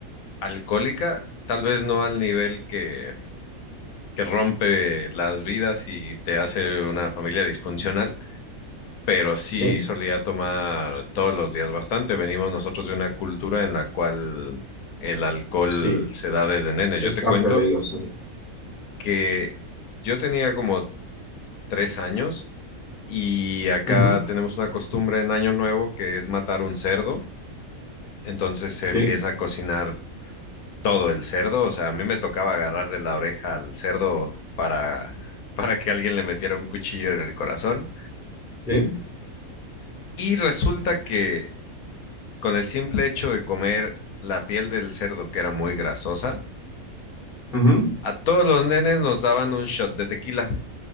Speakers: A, on the left (about 80°); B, in the centre.
A: alcohólica, tal vez no al nivel que, que rompe las vidas y te hace una familia disfuncional pero sí
B: sí,
A: solía tomar todos los días bastante. Venimos nosotros de una cultura en la cual el alcohol
B: sí,
A: se da desde nenes.
B: es
A: Yo te
B: parte
A: cuento
B: de ello, sí.
A: que yo tenía como tres años y acá
B: Ujú,
A: tenemos una costumbre en Año Nuevo que es matar un cerdo. Entonces se
B: Sí,
A: empieza a cocinar todo el cerdo. O sea, a mí me tocaba agarrarle la oreja al cerdo para, para que alguien le metiera un cuchillo en el corazón.
B: sí,
A: Y resulta que Con el simple hecho de comer la piel del cerdo, que era muy grasosa,
B: ujú,
A: a todos los nenes nos daban un shot de tequila.